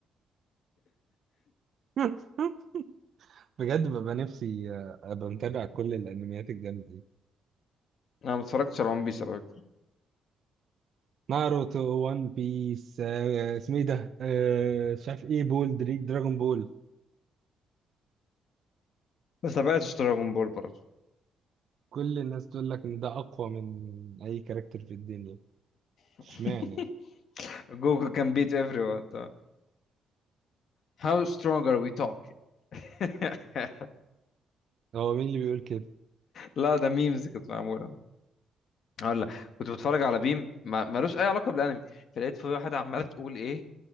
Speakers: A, on the right; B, on the left.
A: <laughs> بجد ببقى نفسي آه، ابقى متابع كل الانميات الجامده دي
B: انا ما اتفرجتش على ون بيس على فكره
A: ناروتو وان بيس آه، اسمه ايه ده آه، مش عارف ايه بول دريك دراجون بول
B: بس تابعتش دراجون بول برضه
A: كل الناس تقول لك ان ده اقوى من اي كاركتر في الدنيا
B: <laughs>
A: اشمعنى
B: جوجو كان بيت ايفري ون How strong are we talking؟ <laughs>
A: هو مين اللي بيقول كده
B: لا ده ميمز كانت معموله اقول لك كنت بتفرج على بيم ما- ملوش اي علاقه بالانمي فلقيت في واحده عماله تقول ايه